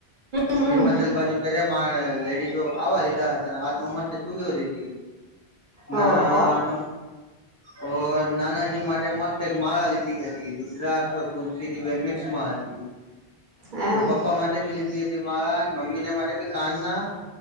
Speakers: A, on the right (about 55°); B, on the left (about 20°).
A: હમ
B: હિમાચલ બાજુ પહેર્યા માર લેડીઝો આવવા લીધા હતા અને હાથમાં મસ્ત ચુડીઓ લીધી
A: હો
B: ના
A: ઓર
B: ઓ નાનાજી માટે મસ્ત એક માળા લીધી હ રુદ્રાક્ષ તુલસીની બે મિક્સ માં હતી
A: હા
B: ન પપ્પા માટે બી લીધી હતી. મારા મમ્મીને માટે કાન ના